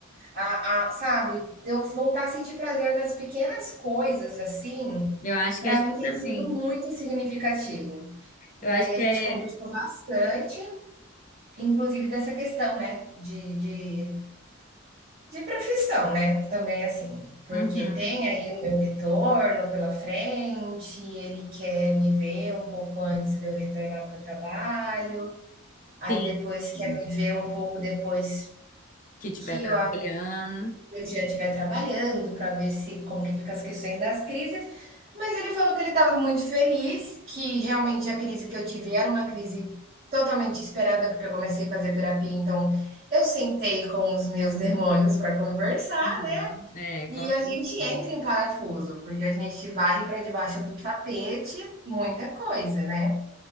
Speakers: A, on the right (about 45°); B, on the left (about 40°).
A: a, a- sabe, de eu voltar a sentir prazer nas pequenas coisas, assim,
B: Eu acho
A: pra
B: que é justamente.
A: mim tem sido muito significativo. E
B: Eu acho
A: aí
B: que
A: a gente
B: é.
A: conversou bastante, inclusive dessa questão, né, de, de, de profissão, né, também assim, porque
B: Uhum,
A: tem aí o meu retorno pela frente, ele quer me ver um pouco antes de eu retornar para o trabalho, aí
B: sim,
A: depois quer
B: sim.
A: me ver um pouco depois
B: Que estiver
A: que
B: trabalhando.
A: eu Mediante vai trabalhando para ver se como que fica as questões das crises, mas ele falou que ele estava muito feliz, que realmente a crise que eu tive era uma crise totalmente esperada, porque eu comecei a fazer terapia, então eu sentei com os meus <laughs> demônios para conversar,
B: Uhum,
A: né?
B: é,
A: E
B: com
A: a gente
B: certeza.
A: entra em parafuso, porque a gente varre para debaixo do tapete muita coisa, né?